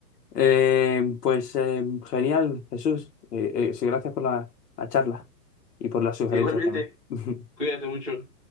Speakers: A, on the left; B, in the centre.
A: Eh, pues eh, genial, Jesús. Eh, eh, sí, gracias por la la charla y por las sugerencias
B: Igualmente,
A: también. <laughs>
B: cuídate mucho.